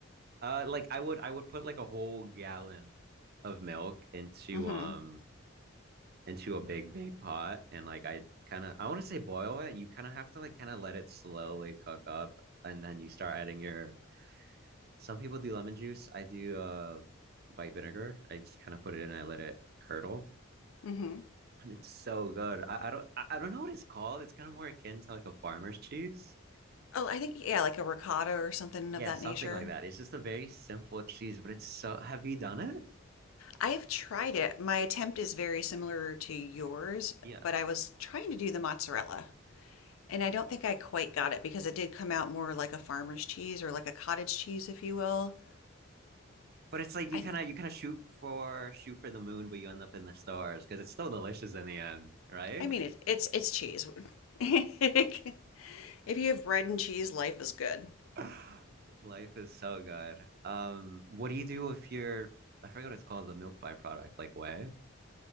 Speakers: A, on the right; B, on the left.
A: Uh, like I would I would put like a whole gallon of milk into
B: Mm-hmm.
A: um into a big big pot and like I kind of I want to say boil it. You kind of have to like kind of let it slowly cook up and then you start adding your some people do lemon juice. I do uh white vinegar. I just kind of put it in I let it curdle
B: Mm-hmm.
A: and it's so good. I, I don't I I don't know what it's called. It's kind of more akin to like a farmer's cheese.
B: Oh, I think yeah, like a ricotta or something
A: Yeah,
B: of that
A: something
B: nature.
A: like that. It's just a very simple cheese, but it's so have you done it?
B: I have tried it. My attempt is very similar to yours,
A: Yeah.
B: but I was trying to do the mozzarella, and I don't think I quite got it because it did come out more like a farmer's cheese or like a cottage cheese, if you will.
A: But it's like you
B: I
A: kind
B: th
A: of you kind of shoot for shoot for the moon, but you end up in the stars because it's still delicious in the end, right?
B: I mean it, it's it's cheese. <laughs> If you have bread and cheese, life is good.
A: <laughs> Life is so good. Um, what do you do if you're I forget what it's called, the milk byproduct, like whey?